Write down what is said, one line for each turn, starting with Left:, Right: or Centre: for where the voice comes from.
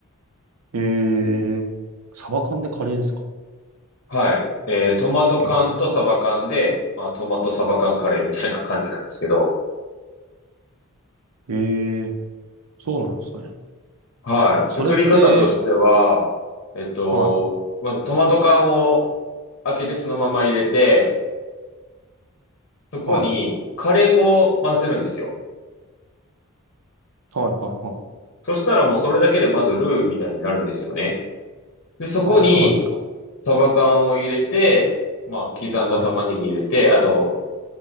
Right: い。えー、サバ缶でカレーですか
Left: はい。えー、トマト缶とサバ缶で、
Right: え
Left: まあ、トマトサバ缶カレーみたいな感じなんですけど、
Right: ー、えー、そうなんですね。
Left: はい。
Right: それって、
Left: 作り方としては、えっと、
Right: はい、
Left: まずトマト缶を開けてそのまま入れて、そこにカレー粉を混ぜるんですよ。
Right: はい、はい、はい、はい。
Left: そしたらもうそれだけでまずルーみたいになるんですよね。で、そこに
Right: あ、そうなんですか。
Left: サバ缶を入れて、まあ、刻んだ玉ねぎ入れて、
Right: はい。
Left: あと、